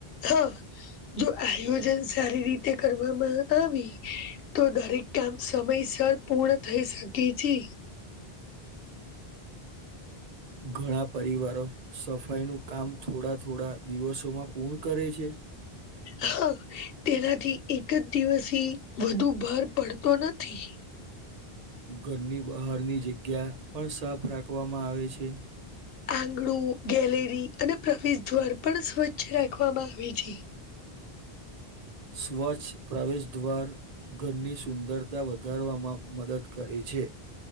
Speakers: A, on the left; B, on the right.
A: હા જો આયોજન સારી રીતે કરવામાં આવી તો દરેક કામ સમયસર પૂર્ણ થઈ શકે છે
B: ઘણા પરિવારો સફાઈ નું કામ થોડા થોડા દિવસોમાં પૂર્ણ કરે છે?
A: હા તેનાથી એક જ દિવસથી વધુ ભાર પડતો નથી
B: ઘરની બહારની જગ્યા પણ સાફ રાખવામાં આવે છે
A: આંગણું ગેલેરી અને પ્રવેશ દ્વાર પણ સ્વચ્છ રાખવામાં આવે છે.
B: સ્વચ્છ પ્રવેશ દ્વાર. ઘરની સુંદરતા વધારવામાં મદદ કરે છે.